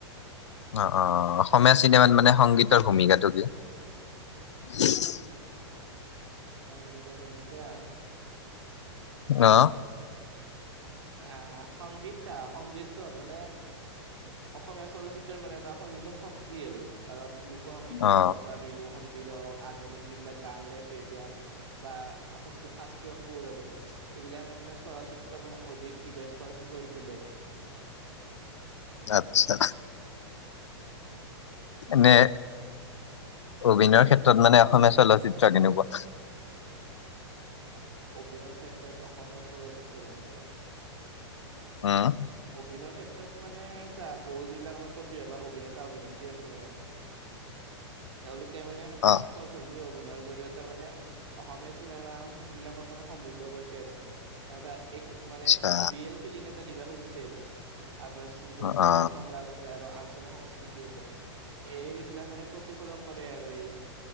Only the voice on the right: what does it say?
সংগীতৰ ভূমিকা
আহ সংগীত ছা সংগীতটো হৰ মানে অসমীয়া চলচ্চিত্ৰৰ মানে এটা অন্যতম শক্ত শক্তি আৰু কাৰণ লোক সংগীতে
হওক বা বিহু সংগীত হওক আধুনিক যিবিলাক গান ওলাইছে এতিয়া বা যিটো শাস্ত্ৰীয় সুৰ আৰু এইবিলাকে মানে চলচিত্ৰ মানে হৃদয় স্পৰ্শ কৰি তোলে
অভিনয়ৰ ক্ষেত্ৰত অসমীয়া চলচ্চিত্ৰ কেনেকুৱা
অভিনয়ৰ ক্ষেত্ৰত মানেছা বহুত যিবিলাক আমাৰ যি অভিনেতা অভিনেত্ৰী আছে মানে তেওঁলোকে মানে
বাস্তৱ ধৰ্মীয় অভিনয়ৰ যদি জৰিয়তে মানে অসমীয়া চিনেমা বিলাকক মানে সমৃদ্ধ কৰিছে আৰু ত এক মানে
ৰিয়েল ফিলিং এটা দিব খুজিছে একদম <unintelligible>
স্বাভাৱিক
সংলাপ আছে আৰু লতে সংস্কৃতি আছে, এই সেইবিলাক মানে প্ৰতিফলন কৰে আৰু এই